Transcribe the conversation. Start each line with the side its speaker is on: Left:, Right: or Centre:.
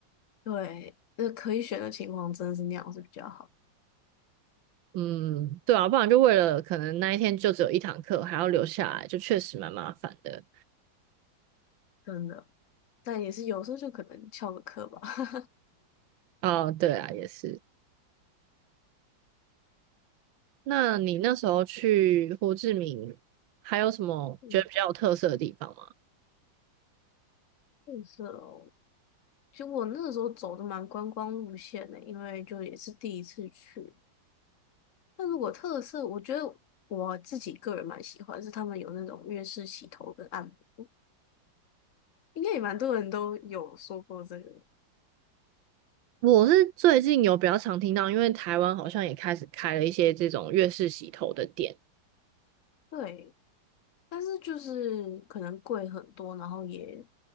Left: 对，那可以选的情况真的是那样是比较好，
Right: 嗯，对啊，不然就为了可能那一天就只有一堂课，还要留下来，就确实蛮麻烦的。
Left: 真的。但也是有时候就可能翘个课吧。<laughs>
Right: 哦，对啊，也是。那你那时候去胡志明，还有什么觉得比较有特色的地方吗？
Left: 嗯，特色哦。其实我那个时候走的蛮观光路线的，因为就也是第一次去。那如果特色，我觉得我自己个人蛮喜欢，是他们有那种粤式洗头跟按摩，应该也蛮多人都有说过这个。
Right: 我是最近有比较常听到，因为台湾好像也开始开了一些这种粤式洗头的店，
Left: 对，但是就是可能贵很多，然后也